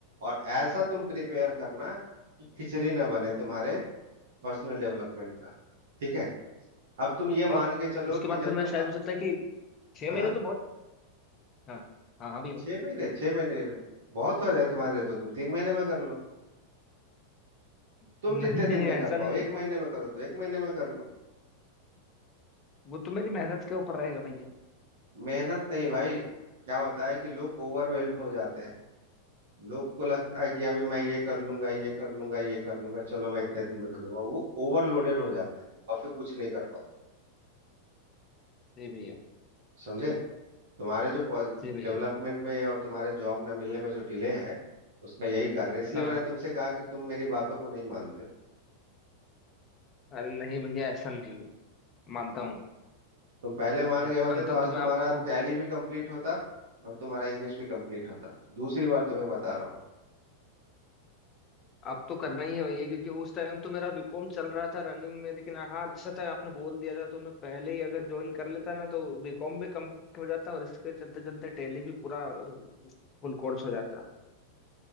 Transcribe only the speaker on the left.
और
उसके
बाद
फिर मैं
शायद हो सकता है कि छह
महीने तो बहुत हाँ हाँ हाँ भैया बोलो
<laughs>
नहीं
नहीं
ऐसा
नहीं
है
वो तो मेरी मेहनत के ऊपर रहेगा भैया
जी भैया
जी भैया
हाँ
हाँ
अरे नहीं भैया ऐसा नहीं है मानता हूँ
नहीं
मानता
तो
मैं
आपको
अब तो करना ही है भैया क्योंकि उस टाइम तो मेरा बीकॉम चल रहा था रनिंग में लेकिन हाँ अच्छा था आपने बोल दिया था तो मैं पहले ही अगर ज्वाइन कर लेता ना तो बीकॉम भी कंप्लीट हो जाता और इसके चलते चलते टेली भी पूरा फुल कोर्स हो जाता